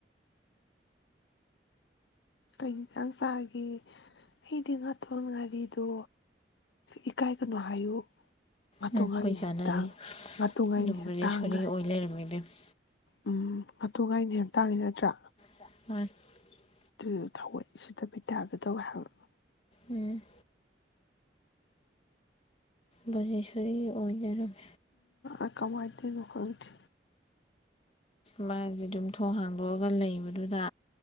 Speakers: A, on the left; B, on the left.
A: ꯀꯩ ꯏꯟꯁꯪ ꯆꯥꯔꯦ ꯑꯩꯗꯤ ꯉꯥꯊꯣꯡ ꯉꯥꯔꯤꯗꯣ ꯑꯦꯀꯥꯏꯒꯅꯣ ꯍꯤꯎ ꯑꯗꯨ
B: ꯎꯝ ꯑꯩꯈꯣꯏ
A: ꯉꯩ
B: ꯆꯥꯟꯅꯔꯤ
A: ꯑꯇꯒ ꯑꯗꯨꯉꯩ
B: ꯑꯗꯨꯝ
A: ꯒꯤ
B: ꯕ꯭ꯔꯖꯦꯁꯣꯔꯤ
A: ꯇꯥꯡ ꯒ
B: ꯑꯣꯏ ꯂꯩꯔꯝꯃꯤ ꯏꯕꯦꯝꯃ
A: ꯎꯃ ꯑꯗꯨ ꯉꯩ ꯒ ꯇꯟꯒꯤ ꯅꯠꯔꯥ
B: <inaudible>
A: ꯑꯗꯨ ꯊꯑꯣꯏ ꯁꯤꯠꯇꯕꯩ ꯇꯥꯒꯗꯧꯋꯦ ꯍꯥꯏꯕ
B: ꯎꯝ ꯕꯦꯖꯥꯁꯣꯔꯤ ꯑꯣꯏ ꯂꯩꯔ꯭ꯃꯦ
A: ꯎ ꯀꯑꯋꯥꯏꯗꯩꯅꯣ ꯈꯪꯗꯦ
B: ꯃꯟꯗꯤ ꯑꯗꯨꯝ ꯊꯣꯡ ꯍꯥꯡꯗꯣꯛꯑꯒ ꯂꯩꯕꯗꯨꯗ